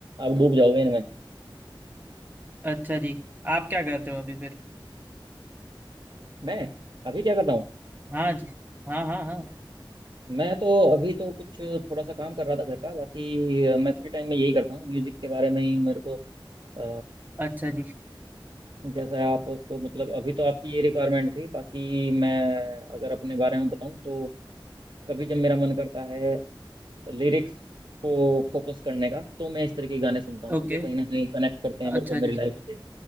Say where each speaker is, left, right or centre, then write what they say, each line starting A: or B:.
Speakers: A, on the right; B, on the right.
A: आप डूब जाओगे इनमें
B: अच्छा जी आप क्या कर रहे हो अभी फिर
A: मैं अभी क्या कर रहा हूँ
B: हाँ जी हाँ हाँ हाँ
A: मैं तो अभी तो कुछ थोड़ा सा काम कर रहा था घर का बाकी अ, मैं फ्री टाइम में यही करता हूँ म्यूजिक के बारे में ही मेरे को अ,
B: अच्छा जी
A: जैसा आपको मतलब अभी तो आपकी ये रिक्वायरमेंट थी बाकी मैं अगर अपने बारे में बताऊँ तो कभी जब मेरा मन करता है लिरिक्स को फोकस करने का तो मैं इस तरह के गाने सुनता हूँ
B: ओके
A: जो कहीं ना कहीं कनेक्ट करते हैं
B: अच्छा
A: मेरे को मेरी
B: जी
A: लाइफ से